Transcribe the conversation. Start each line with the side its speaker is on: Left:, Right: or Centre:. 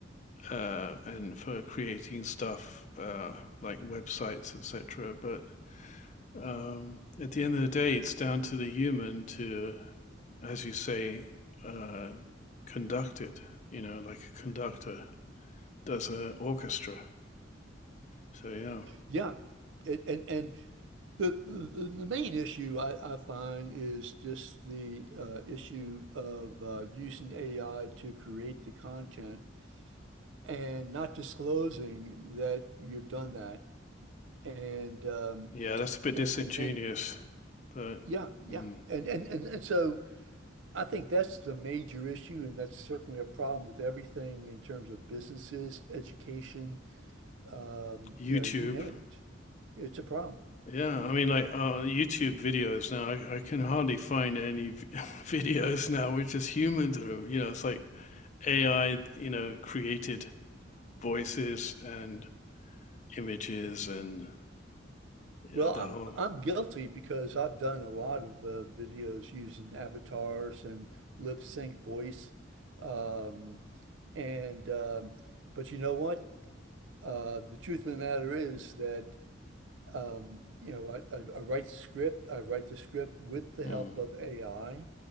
Left: uh, and for creating stuff uh, like websites, etc. But Um, at the end of the day, it's down to the human to, as you say, uh, conduct it, you know, like a conductor does an orchestra. So, yeah.
Right: Yeah. And and and The, the, the main issue I, I find is just the uh, issue of uh, using AI to create the content and not disclosing that you've done that. And um,
Left: Yeah, that's a bit
Right: and
Left: disingenuous,
Right: and then
Left: but
Right: yeah, yeah.
Left: mm,
Right: And, and and and so I think that's the major issue, and that's certainly a problem with everything in terms of businesses, education, um,
Left: YouTube.
Right: you know, you name it. It's a problem.
Left: Yeah, I mean, like uh, YouTube videos now, I, I can hardly find any v- <laughs> videos now. We're just humans, you know, it's like AI, you know, created voices and images and, you
Right: Well,
Left: know, the
Right: I'm
Left: whole.
Right: I'm guilty because I've done a lot of uh, videos using avatars and lip sync voice, um, and um, but you know what? Uh, the truth of the matter is that um, you know I, I, I write the script. I write the script with the help
Left: Mm.
Right: of AI.